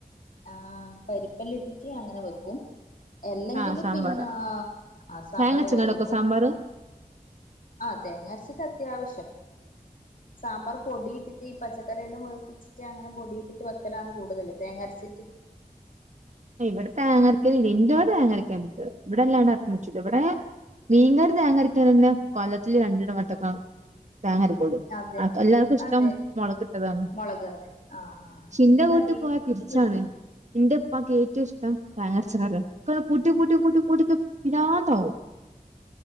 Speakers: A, on the left (about 65°); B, on the right (about 55°).
A: ആഹ് പരിപ്പെല്ല ഇട്ടിട്ട് അങ്ങനെ വെക്കും അല്ലെങ്കില്
B: ആ സാമ്പാർ
A: പിന്നെ അഹ് സാമ്പാർ
B: തേങ്ങരച്ച്ങ്ങാണ്ടൊക്കോ
A: പോലെ വെക്കും
B: സാമ്പാർ
A: ആഹ് തേങ്ങ അരച്ചിട്ട് അത്യാവശ്യം സാമ്പാർ പൊടിയിട്ടിട്ട് പച്ചക്കറിയെല്ലാം ഒഴപ്പിച്ചിട്ട്ങ്ങനെ പൊടിട്ട് വക്കലന്ന് കൂടുതല് തേങ്ങ അരച്ചിട്ട്
B: ഇവിടെ തേങ്ങരയ്ക്കൽ <unintelligible> തേങ്ങരക്കാാനുണ്ട് ഇവിടെല്ലാണ്ട് ആർക്ക വ ഇവിടെ മീൻകാർ തോങ്ങരിക്കാറല്ലെ കൊല്ലത്തില് രണ്ടിട മട്ടക്ക താങ്ങരക്കോട്
A: അതെ
B: എല്ലാവർക്കും ഇഷ്ടം
A: അതെ
B: മുളകിട്ടതാണ്
A: മുളക് കറി ആഹ്
B: ക്ഷേ ന്റെ
A: ഇവിടെ
B: കൂട്ട
A: അധികം
B: പോ തിരിച്ചാണ് എന്റെ അപ്പൊക്ക് ഏവും ഇഷ്ടം താങ്ങച്ചക്കാര കൂട്ടി കൂട്ടി കൂട്ടി കൂട്ടെ പിന്നാതാവും